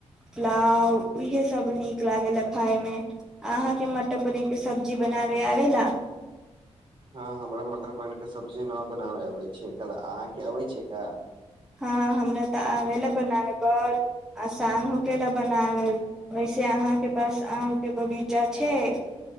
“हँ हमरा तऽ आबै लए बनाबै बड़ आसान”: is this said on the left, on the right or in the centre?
Centre